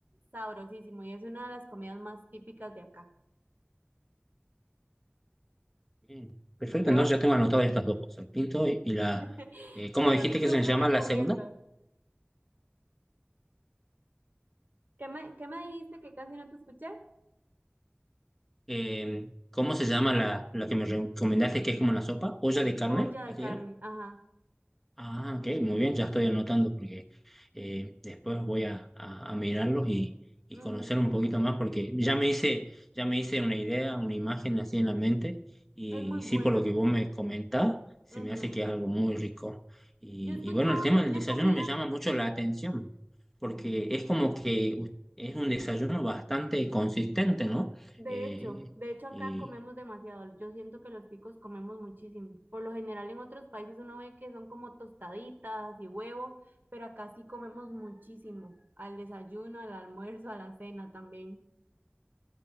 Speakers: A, on the right; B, in the centre.
A: sabrosísimo y es una de las comidas más típicas de acá.
B: Bien, perfecto,
A: Yo
B: entonces ya tengo anotado estas dos cosas, el pinto y, y la...
A: <laughs>
B: eh, ¿cómo
A: te
B: dijiste
A: lo
B: que
A: súper
B: se llama
A: recomiendo.
B: la segunda?
A: ¿Qué me, qué me dijiste que casi no te escuché?
B: Eh, ¿cómo se llama la, la que me recomendaste que es como una sopa? ¿Olla de carne?
A: Olla de
B: ¿Así
A: carne,
B: era?
A: ajá.
B: Ah, ok, muy bien, ya estoy anotando porque eh, después voy a, a- a mirarlos y, y
A: ujú,
B: conocer un poquito más porque ya me hice, ya me hice una idea, una imagen así en la mente y
A: Es muy buena.
B: sí por lo que vos me comentás, se
A: ujú.
B: me hace que es algo muy rico. Y,
A: Yo he escuchado
B: y bueno, el tema
A: de una
B: del desayuno
A: comida,
B: me llama mucho la atención porque es como que us- es un desayuno bastante consistente, ¿no?
A: de
B: Eh,
A: hecho, de hecho acá
B: y,
A: comemos demasiado. Yo siento que los ticos comemos muchísimo. Por lo general en otros países uno ve que son como tostaditas y huevo, pero acá sí comemos muchísimo. Al desayuno, al almuerzo, a la cena también.